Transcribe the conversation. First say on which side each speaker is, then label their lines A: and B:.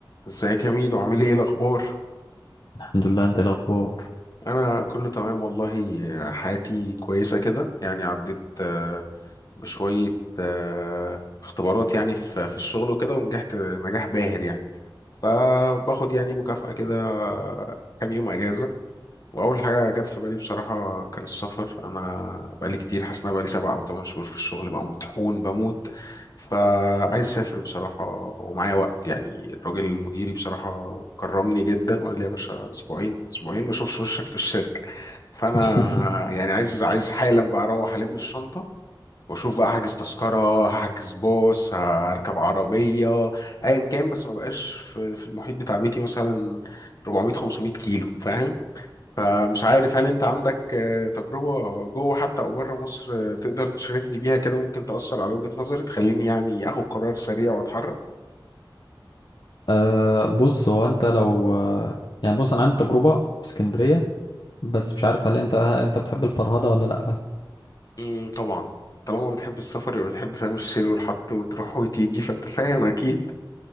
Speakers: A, on the left (about 45°); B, on the left (about 60°).
A: ازيك يا ميدو عامل ايه الاخبار
B: الحمد لله انت ايه الاخبار
A: انا كله تمام والله آه، حياتي كويسه كده يعني عديت آه، بشويه آه، اختبارات يعني في في الشغل وكده ونجحت نجاح باهر يعني فباخد يعني مكافأة كده آه، كام يوم اجازه واول حاجه جت في بالي بصراحه كان السفر انا بقالي كتير حاسس ان أنا بقالي سبع او ثمان شهور في الشغل بقى مطحون بموت فعايز اسافر بصراحه ومعايا وقت يعني الراجل مديري بصراحه كرمني جدا وقال لي يا باشا اسبوعين اسبوعين ما اشوفش وشك في الشركه فانا
B: <laughs>
A: يعني عايز عايز حالا بقى اروح الم الشنطه واشوف بقى هحجز تذكره هحجز باص هركب عربيه ايا كان بس ما بقاش في في المحيط بتاع بيتي مثلا 400 500 كيلو فاهم فمش عارف هل انت عندك آه، تجربة جوه حتى او بره مصر آه، تقدر تشاركني بيها كده ممكن تأثر على وجهة نظري تخليني يعني اخد قرار سريع واتحرك
B: أه بص هو انت لو يعني بص انا عندي تجربه في اسكندريه بس مش عارف هل انت اه انت بتحب الفرهده ولا لا
A: مم، طبعا طالما بتحب السفر يبقى بتحب فاهم الشيل والحط وتروح وتيجي فانت فاهم اكيد